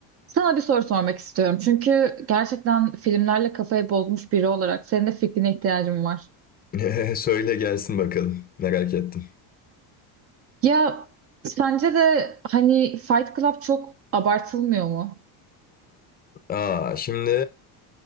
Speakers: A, on the right; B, on the left.
A: Sana bir soru sormak istiyorum. Çünkü gerçekten filmlerle kafayı bozmuş biri olarak senin de fikrine ihtiyacım var.
B: <laughs> Söyle gelsin bakalım. Merak ettim.
A: Ya sence de hani Fight Club çok abartılmıyor mu?
B: Aa, şimdi